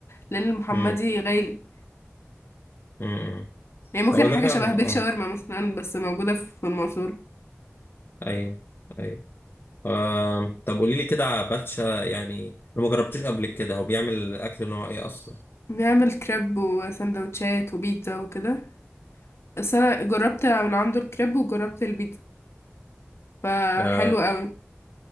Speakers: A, on the left; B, on the left.
A: لأن المحمدي
B: مم.
A: غالي
B: مم.
A: يعني ممكن
B: هو ده
A: حاجة
B: فعلا
A: شبه بيك
B: اه
A: شاورما مثلا بس موجودة في المنصورة
B: ايوه ايوه آه. طب قولي لي كده على باتشا يعني انا ما جربتوش قبل كده هو بيعمل اكل نوع ايه اصلا
A: بيعمل كريب وسندوتشات وبيتزا وكده بس أنا جربت من عنده الكريب وجربت البيتزا فحلو
B: آه.
A: قوي